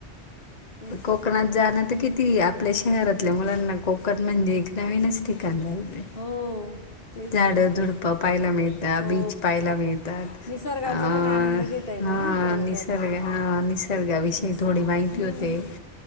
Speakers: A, on the left (about 55°); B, on the left (about 40°).
A: तेच
B: कोकणात
A: तर
B: जाण ते किती आपल्या शहरातल्या मुलांना कोकण म्हणजे एक नवीनच ठिकाण झालते
A: हो तेच
B: झाडं
A: तर
B: झूडप पहायला मिळत
A: हो
B: बीच पहायला मिळत अ
A: निसर्गाचा पण आनंद घेता येतो
B: हा
A: ना आपल्याला
B: निसर्ग
A: त्यातून
B: हा निसर्गाविषयी
A: असं
B: थोडी माहिती
A: हम्म,
B: माहिती होते